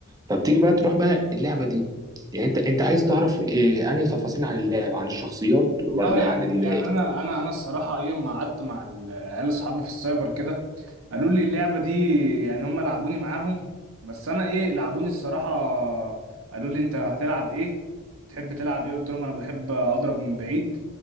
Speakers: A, on the right (about 15°); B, on the right (about 70°).
A: فبتيجي بقى تروح بقى اللعبه دي يعني انت انت عايز تعرف إيه انهي تفاصيل عن اللعبه عن الشخصيات
B: والله
A: ولا
B: يعني
A: عن ال
B: يعني انا انا انا الصراحه ايه لما قعدت مع العيال اصحابي في السايبر كده قالوا لي اللعبة دي يعني هم لعبوني معاهم بس انا ايه لعبوني الصراحة قالوا لي انت هتلعب ايه تحب تلعب ايه قلت لهم انا بحب اضرب من بعيد